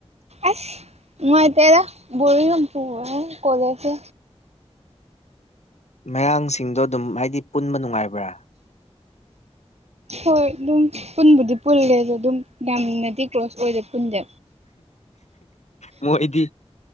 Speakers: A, on the right; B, on the left.
A: ꯑꯁ ꯅꯨꯡꯉꯥꯢꯇꯦꯗ ꯕꯣꯔꯤꯡ ꯌꯥꯝ ꯆꯨꯕꯅꯤ ꯀꯣꯂꯦꯖꯁꯦ
B: ꯃꯌꯥꯡꯁꯤꯡꯗꯣ ꯑꯗꯨꯝ ꯍꯥꯏꯗꯤ ꯄꯨꯟꯕ ꯅꯨꯡꯉꯥꯏꯕ꯭ꯔꯥ
A: ꯍꯣꯏ ꯑꯗꯨꯝ ꯄꯨꯟꯕꯨꯗꯤ ꯄꯨꯜꯂꯦ ꯑꯗꯣ ꯑꯗꯨꯝ ꯌꯥꯝꯃꯅꯗꯤ ꯀ꯭ꯂꯣꯁ ꯑꯣꯏꯅ ꯄꯨꯟꯗꯦ
B: ꯃꯣꯏꯗꯤ